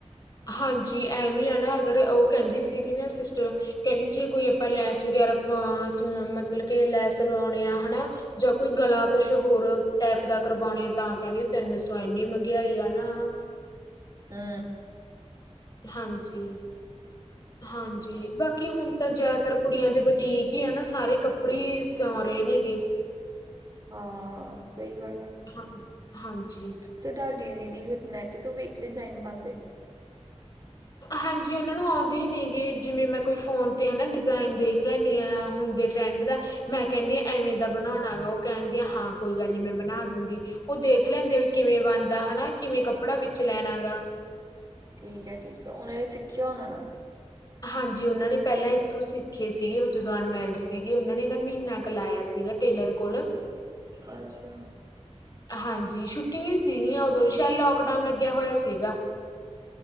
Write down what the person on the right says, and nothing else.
ਹੂ
ਹਾਂ ਸਹੀ ਗੱਲ ਐ।
ਤੇ ਤੁਹਾਡੀ ਦੀਦੀ ਫਿਰ ਨੈੱਟ ਤੋਂ ਵੇਖ ਕੇ ਡਿਜ਼ਾਇਨ ਪਾਂਦੇ।
ਠੀਕ ਹੈ, ਠੀਕ ਹੈ, ਓਹਨਾਂ ਨੇ ਸਿੱਖਿਆ ਹੋਣਾ ਨਾ।
ਅੱਛਾ।